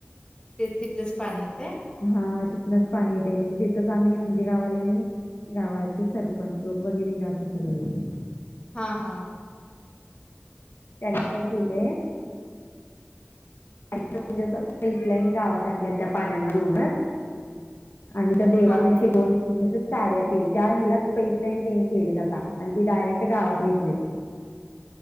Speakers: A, on the left; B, on the left.
A: ते तिथलंच पाणी येतय.
B: हा हा तिथनच पाणी येतय म्हणजे जिथंच आम्ही म्हणजे गाववाल्यानि गावाचे सरपंच लोक वगैरे अस सगळे
A: हा हा
B: त्यानी काय केलंय? म्हणजे पाईपलाईन गावात आणल्या त्या पाण्यान रोडवर आणि त्या देवापशी
A: हां
B: <unintelligible> जस चाऱ्या केलेत त्या ह्यालाच पाईपलाईन त्याने केलेत आता आणि ती डायरेक्ट गावात घेतलेत.